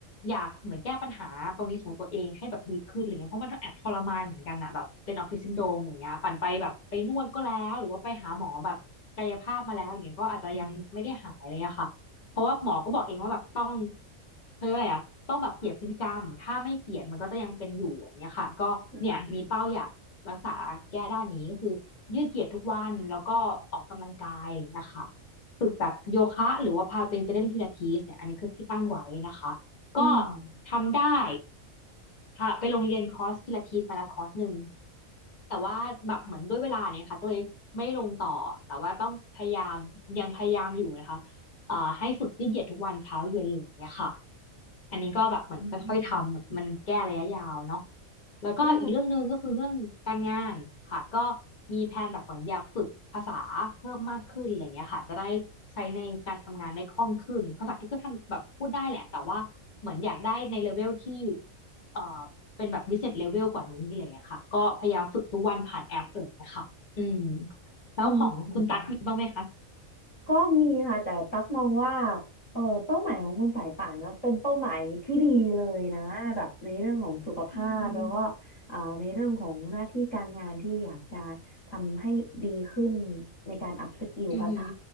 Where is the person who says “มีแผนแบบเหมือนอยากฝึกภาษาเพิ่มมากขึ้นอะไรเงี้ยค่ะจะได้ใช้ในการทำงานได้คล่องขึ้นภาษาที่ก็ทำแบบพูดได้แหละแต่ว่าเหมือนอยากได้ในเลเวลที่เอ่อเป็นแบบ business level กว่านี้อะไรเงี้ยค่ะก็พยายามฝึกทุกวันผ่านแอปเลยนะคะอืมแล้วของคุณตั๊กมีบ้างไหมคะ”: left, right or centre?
Left